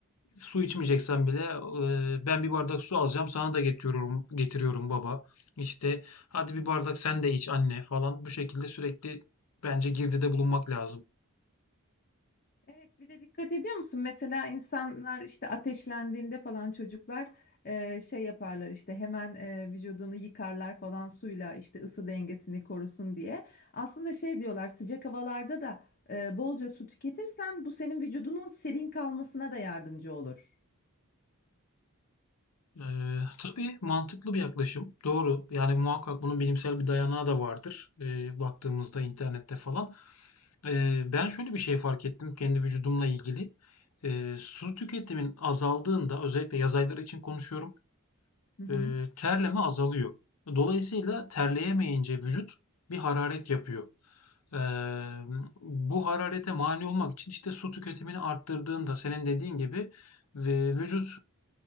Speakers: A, on the left; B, on the left.
A: su içmeyeceksen bile e, ben bir bardak su alacağım sana da getiriyorum, getiriyorum baba. İşte hadi bir bardak sen de iç anne falan bu şekilde sürekli bence girdide bulunmak lazım.
B: Evet, bir de dikkat ediyor musun? Mesela insanlar işte ateşlendiğinde falan çocuklar e, şey yaparlar işte hemen e, vücudunu yıkarlar falan suyla işte ısı dengesini korusun diye. Aslında şey diyorlar sıcak havalarda da e, bolca su tüketirsen bu senin vücudunun serin kalmasına da yardımcı olur.
A: Ee, tabii mantıklı bir yaklaşım. Doğru. Yani muhakkak bunun bilimsel bir dayanağı da vardır. Ee, baktığımızda internette falan. Ee, ben şöyle bir şey fark ettim kendi vücudumla ilgili. Ee, su tüketimin azaldığında özellikle yaz ayları için konuşuyorum.
B: Hı hı.
A: ee, terleme azalıyor. Dolayısıyla terleyemeyince vücut bir hararet yapıyor. Ee, bu hararete mani olmak için işte su tüketimini arttırdığında senin dediğin gibi ve vücut